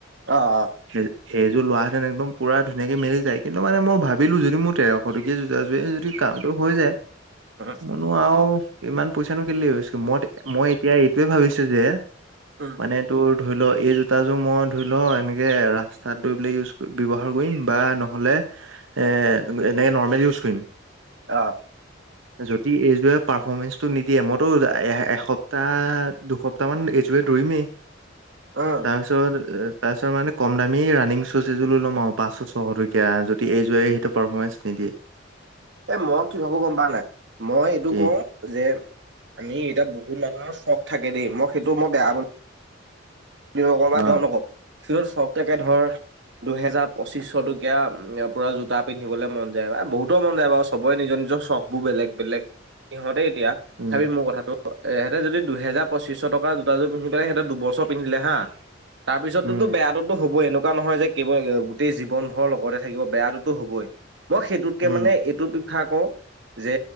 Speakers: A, on the right; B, on the right.
A: অ অ।
B: সেই সেইযোৰ লোৱাহেতেন একদম পোৰা ধুনীয়াকে মেলি যায় কিন্তু মানে মই ভাবিলো যিহেতু মোৰ তেৰ শ টকীয়া জোতাযোৰেই যদি কামটো হৈ যায়
A: <unintelligible>
B: নো আও ইমান পইচানো কেলে ৱেষ্ট কৰো মই মই এতিয়া এইটোয়ে ভাবিছো যে
A: উম।
B: মানে তোৰ ধৰি ল এই জোতাযোৰ মই ধৰি ল এনেকে ৰাস্তাত দৌৰিবলে ইউজ কৰিম বা ব্যৱহাৰ কৰিম বা নহ'লে এনেকে নৰ্মেল ইউজ কৰিম।
A: অ।
B: যদি এইযোৰে পাৰফৰ্মেঞ্চটো নিদিয়ে মই তোৰ এ এসপ্তাহ, দুসপ্তাহ মান এইযোৰে দৌৰিমেই।
A: অ।
B: তাৰপিছত তাৰপিছত মানে কম দামী ৰানিং চোজ এযোৰ লৈ ল'ম আৰু পাঁচশ ছশ টকীয়া যদি এইযোৰে সেইটো পাৰফৰ্মেঞ্চ নিদিয়ে।
A: এ মই কি ভাবো গম পাৱ নাই মই এইটো
B: কি
A: কওঁ যে আমি এতিয়া বহুত মানুহৰ চখ থাকে দেই মই সেইটো মই বেয়া বুলি বুলি
B: অ
A: নকওঁ <unintelligible> কিন্তু চখ থাকে ধৰ দুহেজাৰ, পঁচিশ টকীয়া পোৰা জোতা পিন্ধিবলে মন যায় বহুতৰ মন যায় বাৰু চবৰে নিজৰ নিজৰ চখ বোৰ বেলেগ বেলেগ সিহঁতে এতিয়া
B: উম
A: চাবি মোৰ কথাটো এহেতে যদি দুহেজাৰ পঁচিশ টকা জোতাযোৰ পিন্ধি পেলাই সিহঁতে দুবছৰ পিন্ধিলে হা। তাৰপিছত
B: উম
A: তুটো বেয়াটোতো হ'বয়ে এনেকুৱা নহয় যে কেৱল গোটেই জীৱন ভৰ লগতে থাকিব বেয়া টো হ'বই মই সেইটোতকে
B: উম
A: মানে এইটো প্ৰিফাৰ কৰো যে